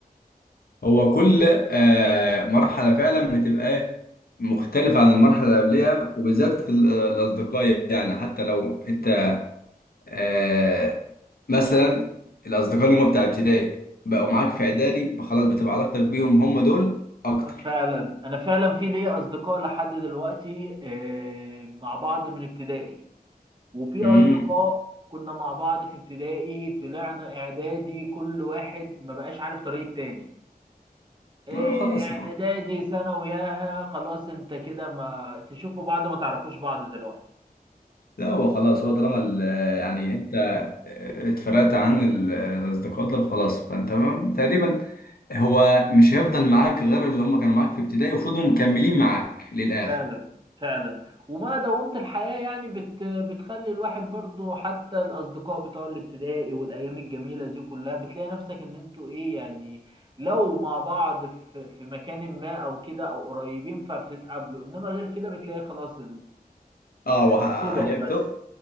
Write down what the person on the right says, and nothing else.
فعلا انا فعلا في ليا اصدقاء لحد دلوقتي آه، مع بعض من ابتدائي وفي
اصدقاء كنا مع بعض في ابتدائي طلعنا اعدادي كل واحد ما بقاش عارف طريق تاني آه،
اعدادي ثانوي ياها خلاص انت كده ما تشوفوا بعض ما تعرفوش بعض دلوقتي
فعلا فعلا وما دومت الحياة يعني بت بتخلي الواحد برضو حتى الأصدقاء بتوع الابتدائي والأيام الجميلة دي كلها بتلاقي نفسك إن أنتوا إيه يعني لو مع بعض في, في مكان ما أو كده أو قريبين فبتتقابلوا إنما غير كده بتلاقي خلاص
الصدف
بس